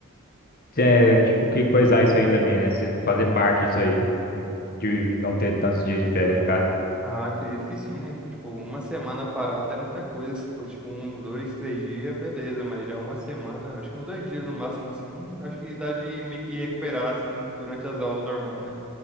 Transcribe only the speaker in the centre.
Ah, acredito que sim, né? Foi, Tipo, uma semana parada é muita coisa. Se for, tipo, um, dois, três dias, beleza. Mas já uma semana, acho que uns dois dias no máximo, assim, acho que dá de meio que recuperar, assim, durante as aulas normal, né?